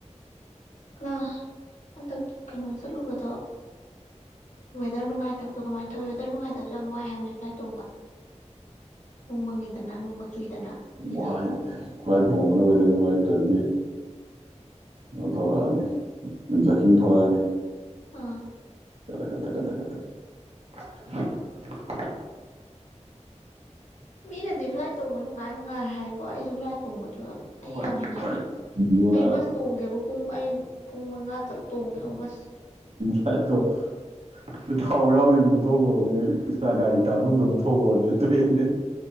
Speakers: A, on the left; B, on the right.
A: ꯑ ꯍꯟꯗꯛ ꯀꯩꯅꯣ ꯆꯠꯂꯨꯕꯗꯣ ꯋꯦꯗꯔ ꯅꯨꯡꯉꯥꯏꯇꯕꯗꯣ ꯀꯃꯥꯏꯅ ꯇꯧꯏꯤ ꯋꯦꯗꯔ ꯅꯨꯡꯉꯥꯏꯇꯕꯁꯨ ꯌꯥꯝ ꯋꯥꯏ ꯍꯥꯏꯕꯅꯦ ꯐ꯭ꯂꯥꯏꯠ ꯇꯣꯡꯕ ꯅꯣꯡ ꯃꯪꯉꯤꯗꯅ ꯅꯣꯡꯒ ꯆꯨꯏꯗꯅ ꯑꯗꯨꯒꯤꯗꯣ
B: ꯋꯥ ꯈ꯭ꯋꯥꯏ ꯄꯣꯕꯗ ꯑꯣꯏꯗ ꯅꯨꯡꯉꯥꯏꯇ꯭ꯔꯗꯤ ꯀꯩꯅꯣ ꯊꯧꯔꯛꯑꯅꯤꯖꯀꯤꯡ ꯊꯂꯛꯑꯅꯤ
A: ꯑꯥ
B: ꯠꯇꯠꯇꯠꯇ
A: ꯃꯤꯅꯗꯤ ꯐ꯭ꯂꯥꯏꯠ ꯇꯣꯡꯕ ꯅꯨꯡꯉꯥꯏ ꯅꯨꯡꯉꯥꯏ ꯍꯥꯏ ꯍꯣꯏ ꯑꯩꯁꯨ ꯐ꯭ꯂꯥꯏꯠ ꯇꯣꯡꯕꯗꯣ
B: ꯅꯨꯡꯉꯥꯏꯇꯦ
A: ꯑꯩ ꯌꯥꯝ ꯍꯩꯅꯗꯦ
B: ꯅꯨꯡꯉꯥꯏꯇꯦ
A: ꯑꯩ ꯕꯁ ꯇꯣꯡꯒꯦꯕ ꯄꯨꯡ ꯑꯩ ꯄꯨꯡ ꯃꯉꯥ ꯇꯔꯨꯛ ꯇꯣꯡꯒꯦꯕ ꯕꯁ
B: <inaudible> ꯊꯥꯎ ꯌꯥꯎꯗ ꯑꯃꯨꯛ ꯊꯣꯛꯈ꯭ꯔꯣꯅꯦ ꯏꯁꯇꯥ ꯒꯥꯔꯤ ꯇꯥꯟꯅꯕꯗ ꯑꯃꯨꯛ ꯊꯣꯛꯂ꯭ꯔꯣꯅꯦ ꯇ꯭ꯔꯦꯟꯅꯦ